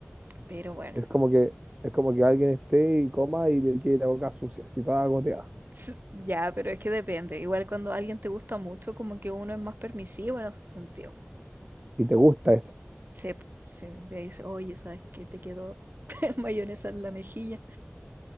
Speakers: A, on the right; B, on the right.
A: Pero bueno.
B: Es como que, es como que alguien esté y coma y le quede la boca sucia, así toda goteada.
A: Ts- Ya, pero es que depende. Igual cuando alguien te gusta mucho, como que uno es más permisivo en ese sentido.
B: Y te gusta eso.
A: Sí, po, sí, le dice, oye, ¿sabes qué? Te quedó <laughs> mayonesa en la mejilla,